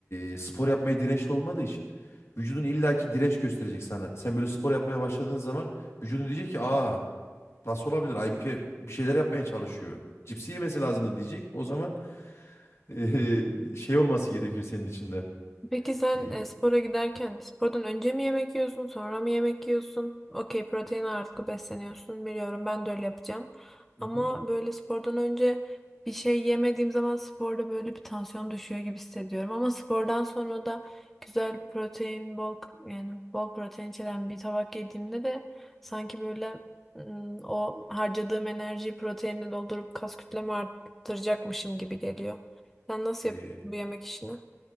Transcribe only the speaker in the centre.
Peki sen
e, spora giderken spordan önce mi yemek yiyorsun, sonra mı yemek yiyorsun? Okey, protein ağırlıklı besleniyorsun biliyorum. Ben de öyle yapacağım.
Ama
böyle spordan önce bir şey yemediğim zaman sporda böyle bir tansiyon düşüyor gibi hissediyorum. Ama spordan sonra da güzel protein, bol yani bol protein içeren bir tabak yediğimde de sanki böyle ım, o harcadığım enerjiyi proteinle doldurup kas kütlemi arttıracakmışım gibi geliyor. Sen nasıl
yapıyorsun bu yemek işini?